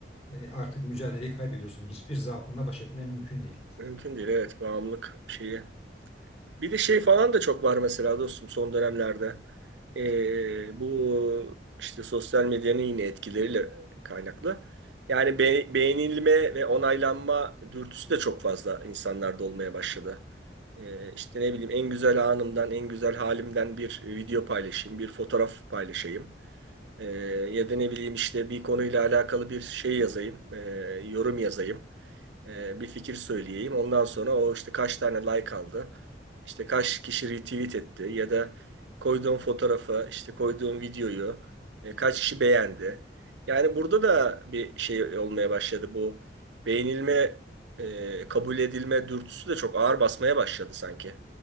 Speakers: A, on the left; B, on the right.
A: e, artık mücadeleyi kaybediyorsun. Hiçbir zaafınla baş etmen mümkün değil.
B: mümkün değil. Evet, bağımlılık şeyi. Bir de şey falan da çok var mesela dostum son dönemlerde. Ee, bu işte sosyal medyanın yine etkileriyle kaynaklı. Yani be- beğenilme ve onaylanma dürtüsü de çok fazla insanlarda olmaya başladı. Ee, işte ne bileyim en güzel anımdan, en güzel halimden bir video paylaşayım, bir fotoğraf paylaşayım. Ee, ya da ne bileyim işte bir konuyla alakalı bir şey yazayım, ee, yorum yazayım e, bir fikir söyleyeyim. Ondan sonra o işte kaç tane like aldı, işte kaç kişi retweet etti ya da koyduğum fotoğrafı, işte koyduğum videoyu e, kaç kişi beğendi. Yani burada da bir şey olmaya başladı bu beğenilme, e, kabul edilme dürtüsü de çok ağır basmaya başladı sanki.